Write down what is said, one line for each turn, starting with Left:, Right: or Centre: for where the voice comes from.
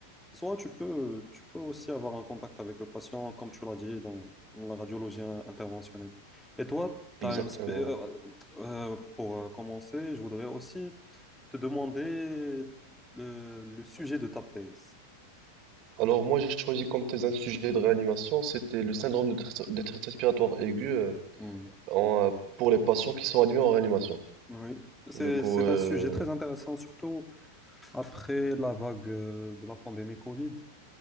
Centre: Soit tu peux, tu peux aussi avoir un contact avec le patient, comme tu l'as dit, dans la radiologie interventionnelle. Et toi, tu
Right: Exactement.
Centre: as une spé- euh, euh, pour euh, commencer, je voudrais aussi te demander le, le sujet de ta thèse.
Right: Alors, moi, j'ai choisi comme thèse un sujet de réanimation. C'était le syndrome de détresse détresse respiratoire aiguë euh,
Centre: Hmm.
Right: en, euh, pour les patients qui sont admis en réanimation.
Centre: Oui, c'est,
Right: Du coup,
Centre: c'est
Right: euh,
Centre: un sujet très intéressant, surtout après la vague euh, de la pandémie Covid.